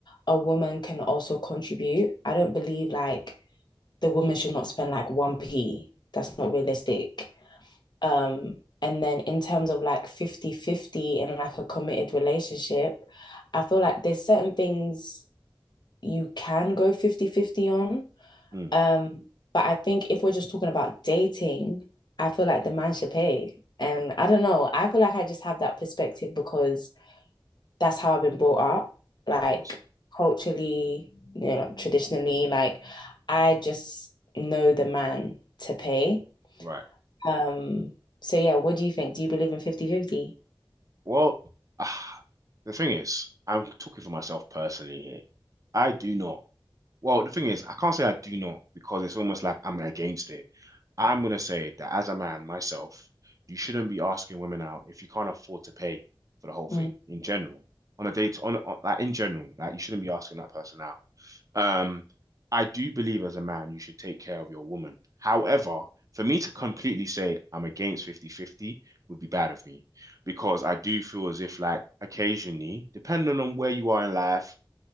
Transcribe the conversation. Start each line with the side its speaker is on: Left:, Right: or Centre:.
Left: a woman can also contribute. I don't believe like the woman should not spend like 1p. That's not realistic. Um, and then in terms of like fifty fifty in like a committed relationship, I feel like there's certain things you can go fifty fifty on,
Right: mm, of
Left: um, but I think if we're just talking about dating, I feel like the man should pay. And I don't know, I feel like I just have that perspective because that's how I've been brought up, like
Right: course.
Left: culturally, you know, traditionally, like I just know the man to pay.
Right: Right.
Left: Um, so yeah, what do you think? Do you believe in fifty fifty?
Right: Well, ah, the thing is, I'm talking for myself personally here. I do not. Well, the thing is, I can't say I do not because it's almost like I'm against it. I'm gonna say that as a man myself, you shouldn't be asking women out if you can't afford to pay for the whole thing
Left: Mm.
Right: in general. On a date, on, on like in general, like you shouldn't be asking that person out. Um, I do believe as a man you should take care of your woman. However, for me to completely say I'm against fifty-fifty would be bad of me because I do feel as if like occasionally, depending on where you are in life,